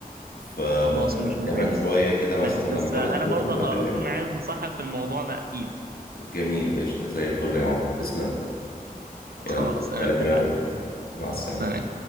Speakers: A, on the left (about 75°); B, on the right (about 80°).
A: فكمان
B: خلاص مش مهم
A: شوية كده مثلا
B: بس
A: لما
B: بس
A: أخلص
B: انا
A: السيشن
B: برضه
A: هبقى أكلمك
B: هكون عايز نصيحة في الموضوع ده اكيد
A: جميل قشطة زي الفل يا عمر تسلم
B: خلاص
A: يلا
B: تمام
A: سلام
B: اتفقنا
A: يا ريس مع السلامة
B: سلام